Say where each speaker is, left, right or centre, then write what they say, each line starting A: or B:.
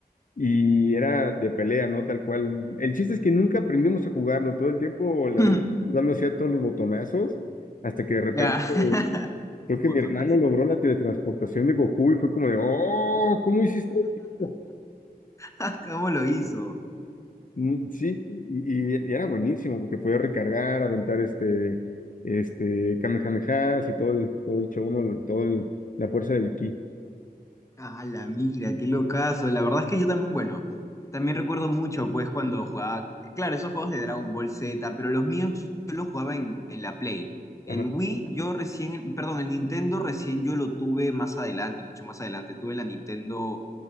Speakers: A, on the left (about 55°); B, on the left (about 20°).
A: y era de pelea, ¿no? Tal cual. El chiste es que nunca aprendimos a jugarlo, todo el tiempo le,
B: <laughs>
A: dándose a todos los botonazos, hasta que de repente
B: Ya, <laughs>
A: creo que mi hermano
B: botonazo.
A: logró la teletransportación de Goku y fue como de, oh, ¿cómo hiciste esto?".
B: <laughs> ¿Cómo lo hizo?
A: Mm, Sí, y, y era buenísimo porque podía recargar, aventar este, este, Kamehamehas y todo el, todo el show, ¿no? Todo el- la fuerza del ki.
B: Ah, la mira, qué locazo. La verdad es que yo también, bueno, también recuerdo mucho, pues, cuando jugaba, claro, esos juegos de Dragon Ball Z, pero los míos yo los jugaba en, en la Play. En
A: Ajá,
B: Wii, yo recién, perdón, en Nintendo recién yo lo tuve más adelante, mucho más adelante. Tuve la Nintendo,